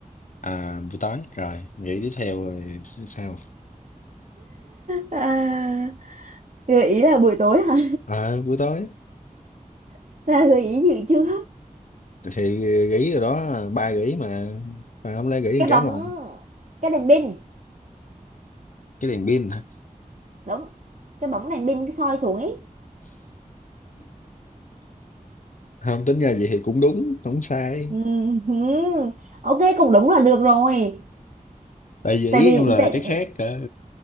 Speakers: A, on the left (about 65°); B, on the right (about 60°).
A: à, buổi tối rồi nghĩ tiếp theo rồi sao
B: à, gợi ý là buổi tối hả
A: à, buổi tối
B: <laughs> là gợi ý gì chưa
A: thì gỉ rồi đó ba gỉ mà mà không lẽ gỉ
B: cái
A: một
B: bóng
A: cái một
B: cái đèn pin
A: cái đèn pin hả?
B: đúng cái bóng đèn pin cái soi xuống ấy
A: không tính ra vậy thì cũng đúng không sai
B: Ừm, ok cũng đúng là được rồi
A: tại vì
B: tại
A: ý
B: vì
A: em là
B: tại
A: cái khác cơ